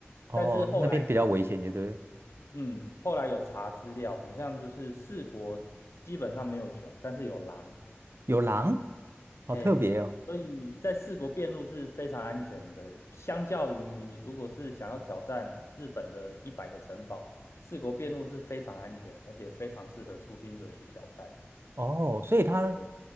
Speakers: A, on the right; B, on the left.
A: 哦，
B: 但是后来
A: 那边比较危险，就对了。
B: 嗯，后来有查资料，很像就是四国基本上没有熊，但是有狼。
A: 有狼，
B: 嘿，
A: 好特别哦。
B: 所以在四国遍路是非常安全的，相较于你如果是想要挑战日本的一百个城堡，四国遍路是非常安全，而且非常适合初心者去挑战。
A: 哦，所以它
B: 对，